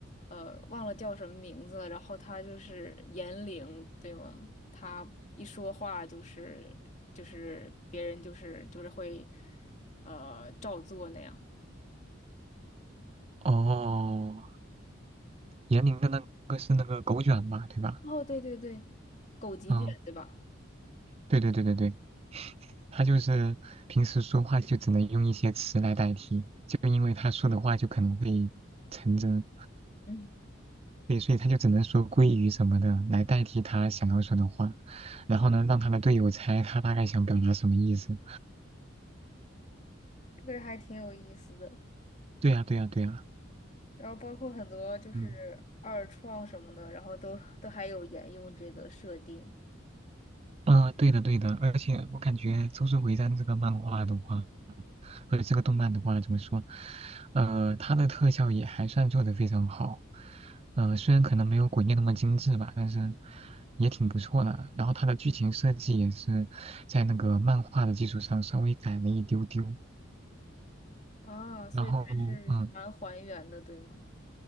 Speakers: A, on the left (about 35°); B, on the right (about 30°).
A: 呃，忘了叫什么名字了，然后他就是言灵，对吗？他一说话就是就是别人就是就是会，呃，照做那样。
B: 哦，言灵的那个是那个狗卷吧，对吧？
A: 哦，对对对，狗急卷，
B: 嗯，
A: 对吧？
B: 对对对对对，他就是平时说话就只能用一些词来代替，就因为他说的话就可能会成真，
A: 嗯，
B: 对，所以他就只能说鲑鱼什么的来代替他想要说的话，然后呢，让他的队友猜他大概想表达什么意思。
A: 这个还挺有意思的。
B: 对呀，对呀，对呀，
A: 然后包括很多就是二创什么的，
B: 嗯，
A: 然后都都还有沿用这个设定
B: 呃，对的，对的，而且我感觉《周术回战》这个漫画的话，或者这个动漫的话，怎么说？呃，它的特效也还算做得非常好，呃，虽然可能没有《鬼灭》那么精致吧，但是也挺不错的。然后它的剧情设计也是在那个漫画的基础上稍微改了一丢丢。
A: 啊，所以还是蛮还原的，
B: 然后，嗯、
A: 对吗？